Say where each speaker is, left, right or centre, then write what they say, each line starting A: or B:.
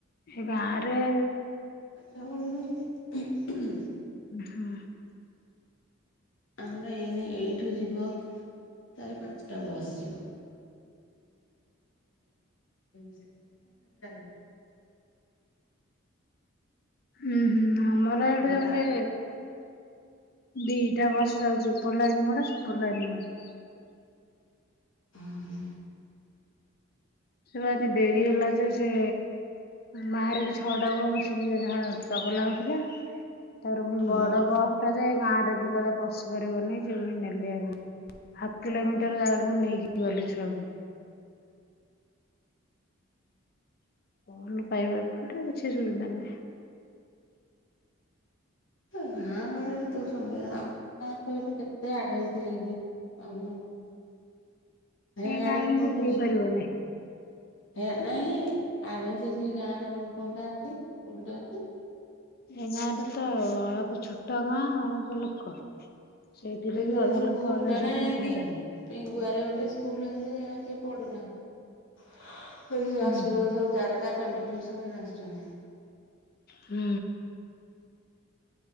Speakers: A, on the left; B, on the left.
A: ହେ ଗାଁରେ
B: ପାଠ ପଢୁଚନ୍।
A: ଏ ହଁ।
B: ଆମର ଏଇନେ ଏଇଠୁ ଯିବ ତାର ପାଞ୍ଚଟା ବସ୍ ଯିବ <inaudible> ଯାଉ
A: ଉଁ, ହୁଁ ଆମର ଏଇଠୁ
B: ଏଟା
A: ଯାଉ
B: ଯା
A: ନେ ଦିଟା ବସ୍ ଯାଉଚି ଏପଟ ଲାଇନ୍ ଗୋଟେ। ସେପଟ ଲାଇନ୍ ଗୋଟେ।
B: ଅଁ, ହଁ।
A: ସେ ପା ଆଜି ଡେରି ହେଲା ଯେ ସେ ମାରି କି ଛଅଟା ବେଳୁ ବସିକି ଯାହା ଚଗଲା ହଉଥିଲା। ତାପରେ ପୁଣି
B: ଓହୋ।
A: ବଡ ବସ୍ ଟା ଯେ ଗାଁ ରେ ବି କାଳେ ପଶି ପାରିବନି, ସେ ପୁଣି ନେଲେ ହେଇ। ହାଫ୍ କିଲୋମିଟର ଜାଗାକୁ ନେଇକି ଗଲେ ଛୁଆକୁ।
B: ହୁଁ
A: <inaudible> ପାଇବ ଏପଟେ କିଛି ସୁବିଧା ନାହିଁ।
B: ଏ ଗାଁ ଗହଳିରେ ତ ସୁବିଧା କହିଲୁ କେତେ ଆଡଭାନ୍ସ ହେଇକି <unintelligible> ଏ ସାଡେ
A: ଗାଁକୁ
B: କୋଉଠି
A: ହେଇପାରିବନି
B: <unintelligible> ହେ ନାଇଁ <unintelligible> ହେଇଚି ଗାଁ ରେ କଣ କଣଟା ଅଛି ସ୍କୁଲ୍ ଟେ ଅଛି
A: ଏ ଗାଁରେ ତ ଅଳପ ଛୋଟ ଗାଁ ଅଳପ ଲୋକ। ସେଇଥିରେ
B: ଏ
A: ବି ଅଧା
B: ସ୍କୁଲଟା
A: ଲୋକ ଅଧା ସହିତ
B: ନା ଯାଇକି
A: କଥାଆର୍ତା ନାହିଁ।
B: ପିଙ୍ଗୁଆରେ ଗୋଟେ ସ୍କୁଲ୍ ଅଛି <unintelligible> କିଏ ପଢୁନାହାନ୍ତି।
A: ହୁଁ
B: <unintelligible>
A: ହୁଁ।
B: ସବୁ ତାରକା ଚଣ୍ଡିଖୋଲ ସବୁ ଏରା ଆସୁଚନ୍ତି।
A: ହୁଁ।